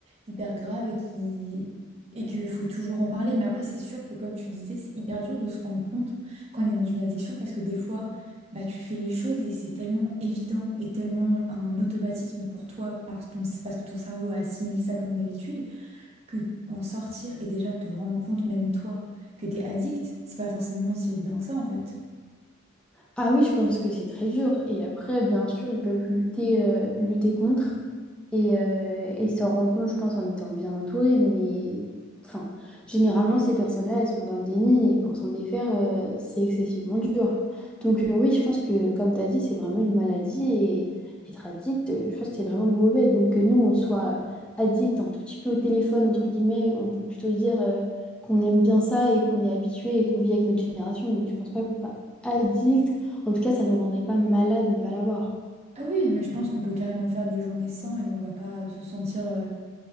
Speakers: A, on the right; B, in the centre.
A: hyper grave et qui et qu'il faut toujours en parler. Mais après, c'est sûr que comme tu disais, c'est hyper dur de se rendre compte quand on est dans une addiction parce que des fois, bah, tu fais les choses et c'est tellement évident et tellement un automatisme pour toi parce, ton, parce que ton cerveau assimile ça comme une habitude que en sortir et déjà te rendre compte, même toi, que t'es addict, c'est pas forcément si évident que ça en fait.
B: Ah oui, je pense que c'est très dur. Et après, bien sûr, ils peuvent lutter, euh, lutter contre. Et, euh, et s'en rendre compte, je pense, en étant bien entouré. Mais enfin, généralement, ces personnes-là, elles sont dans le déni et pour s'en défaire, euh, c'est excessivement dur. Donc, euh, oui, je pense que, comme tu as dit, c'est vraiment une maladie et être addict, euh, je pense que c'est vraiment mauvais. Donc, que nous, on soit addict un tout petit peu au téléphone, entre guillemets, on peut plutôt dire euh, qu'on aime bien ça et qu'on est habitué et qu'on vit avec notre génération. Mais je pense pas qu'on soit addict. En tout cas, ça nous rendrait pas malade de ne pas l'avoir.
A: Ah oui, mais je pense qu'on peut carrément faire des journées sans et on va pas euh, se sentir, euh,